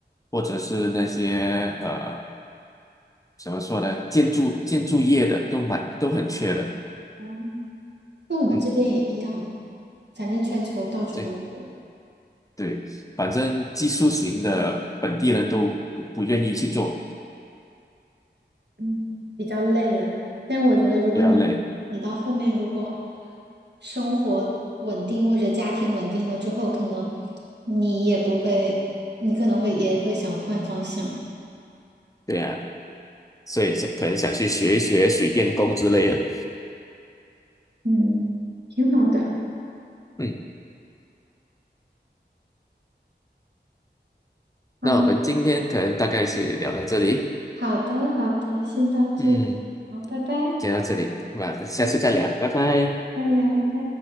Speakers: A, on the left; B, on the right.
A: 或者是那些呃怎么说呢，建筑建筑业的都蛮都很缺人，
B: 嗯跟我们这边也一样，
A: 嗯，
B: 反正全球到处都是，
A: 对对，反正技术型的本地人都不不愿意去做，
B: 嗯，比较累了。但我觉得，如果你你到后面如果
A: 比较累，
B: 生活稳定或者家庭稳定了之后，可能你也不会，你可能会也会想换方向，
A: 对啊，所以想可能想去学一学水电工之类的，
B: 嗯，挺好的。
A: 嗯。
B: 好
A: 那我们今天可能大概是聊到这里，
B: 好的，好的，先到这里，
A: 嗯，
B: 好，拜拜，
A: 讲到这里，那下次再聊，拜拜。
B: 再聊，拜。